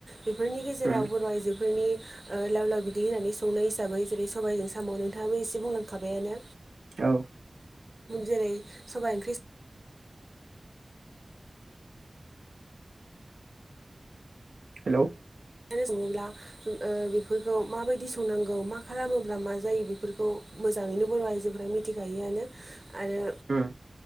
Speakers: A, on the right; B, on the right.
A: बेफोरनि गेजेराव
B: उम
A: बर' आइजो बेफोरनि ओ लाव लाव बिदै होनानै संनाय हिसाबै जेरै सबाइजों साम' नोंथाङाबो एसे बुंलांखाबायानो
B: औ।
A: जेरै सबाय ओंख्रि
B: हेलौ।
A: संनानै सङोब्ला ओ बेफोरखौ माबायदि संनांगौ मा खालामोब्ला मा जायो बेफोरखौ मो मोजाङैनो बर' आइजोफोरा मिथिखायोआनो आरो
B: उम